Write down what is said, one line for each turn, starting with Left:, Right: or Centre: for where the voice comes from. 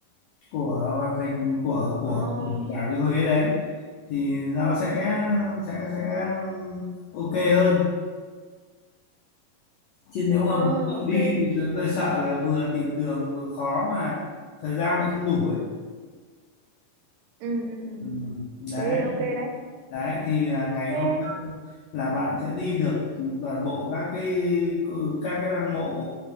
Left: của hoàng thành của của
Right: Ờ,
Left: của cả cái Huế đấy thì nó sẽ sẽ sẽ ừm, ok hơn chứ nếu mà
Right: ờ
Left: tự
Right: ok.
Left: đi thì tôi sợ là vừa tìm đường vừa khó mà thời gian lại không đủ ấy
Right: Ừ ừ ừ.
Left: Ừ,
Right: ừ.
Left: đấy
Right: Thế ok đấy.
Left: đấy thì là ngày
Right: Thế
Left: hôm sau là bạn sẽ đi được toàn bộ các cái các cái lăng mộ